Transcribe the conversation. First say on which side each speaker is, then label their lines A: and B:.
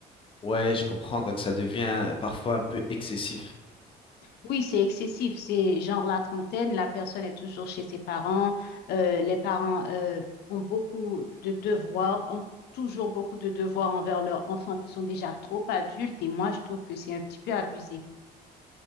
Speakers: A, on the left; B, on the left.
A: Ouais, je comprends, donc ça devient parfois un peu excessif.
B: Oui, c'est excessif. C'est genre la trentaine, la personne est toujours chez ses parents. euh, les parents euh, ont beaucoup de devoirs, ont toujours beaucoup de devoirs envers leurs enfants qui sont déjà trop adultes. Et moi, je trouve que c'est un petit peu abusé.